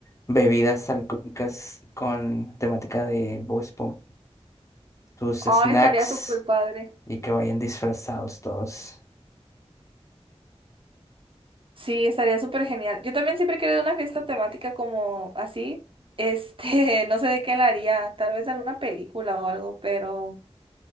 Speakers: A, on the left (about 25°); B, on the right (about 50°).
A: bebidas alcohólicas con temática de Bob Esponja. Tus
B: Oh,
A: snacks.
B: estaría súper padre.
A: y que vayan disfrazados todos.
B: Sí, estaría súper genial. Yo también siempre he querido una fiesta temática como así. Este, <laughs> no sé de qué la haría. Tal vez alguna película o algo, pero.